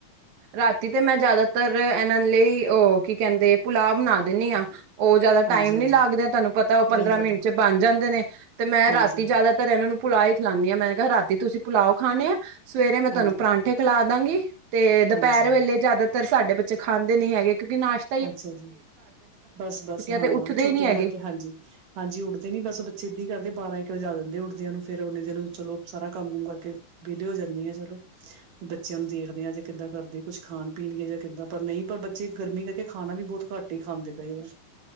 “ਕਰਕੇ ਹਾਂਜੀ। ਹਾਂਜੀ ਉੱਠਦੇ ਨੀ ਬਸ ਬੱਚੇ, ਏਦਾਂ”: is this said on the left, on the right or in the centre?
Right